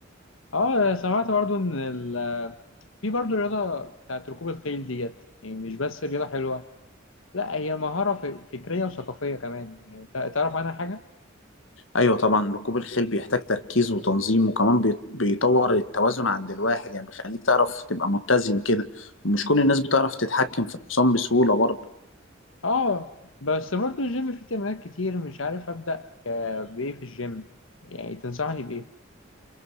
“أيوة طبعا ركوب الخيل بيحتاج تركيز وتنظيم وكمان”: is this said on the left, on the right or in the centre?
Left